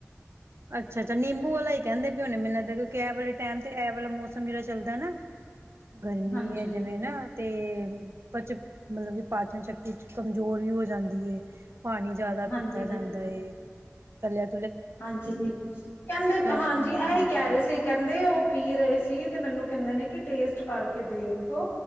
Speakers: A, on the right; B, on the left.
A: ਅੱਛਾ ਅੱਛਾ ਨਿੰਬੂ ਵਾਲਾ ਈ ਕਹਿੰਦੇ ਪਯ ਹੋਣੇ ਮੈਨੂੰ ਲਗਦੈ ਇਦਾਂ ਕਿਉਂਕਿ ਇਹ ਵਾਲੇ ਟੈਮ ਤੇ ਇਹ ਵਾਲਾ ਮੌਸਮ ਜਿਹੜਾ ਚੱਲਦਾ ਨਾ ਗਰਮੀ
B: ਹਾਂਜੀ
A: ਹੈ ਜਿਵੇਂ ਨਾ ਤੇ ਚ ਮਤਲਬ ਕਿ ਪਾਚਨ ਸ਼ਕਤੀ ਚ ਕਮਜ਼ੋਰ ਵੀ ਹੋ ਜਾਂਦੀ ਏ ਪਾਣੀ ਜਿਆਦਾ
B: ਹਾਂਜੀ
A: ਪੀਤਾ ਜਾਂਦਾ
B: ਹਾਂਜੀ
A: ਏ ਥੱਲਿਆ
B: ਹਾਂਜੀ ਕਹਿੰਦੇ ਹਾਂਜੀ
A: ਉਹਨੂੰ
B: ਇਹਹੀ
A: ਠੀਕ
B: ਕਹਿ ਰਹੇ ਸੀ ਕਹਿੰਦੇ ਉਹ ਪੀ ਰਹੇ ਸੀ ਤੇ ਮੈਨੂੰ ਕਹਿੰਦੇ ਨੇ ਕਿ ਟੇਸਟ ਕਰਕੇ ਦੇਖੋ